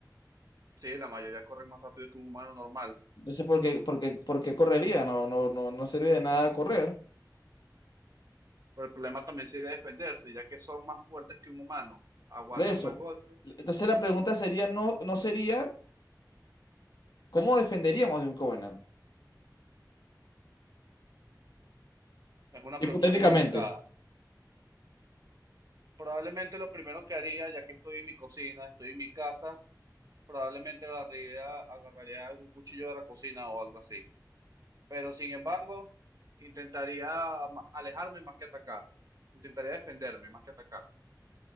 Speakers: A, on the right (about 55°); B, on the left (about 75°).
A: Sí, la mayoría corren más rápido que un humano normal.
B: Entonces, ¿por qué, por qué- por qué correría? No, no, no, no sirve de nada correr.
A: Pero el problema también sería defenderse, ya que son más fuertes que un humano, aguantan
B: Por eso.
A: más golpes.
B: Entonces la pregunta sería, no, no sería, ¿cómo defenderíamos de un Covenant?
A: Es una
B: Hipotéticamente.
A: pregunta complicada. Probablemente lo primero que haría, ya que estoy en mi cocina, estoy en mi casa, probablemente agarraría, agarraría algún cuchillo de la cocina o algo así. Pero sin embargo, intentaría ma- alejarme más que atacar. Intentaría defenderme más que atacar.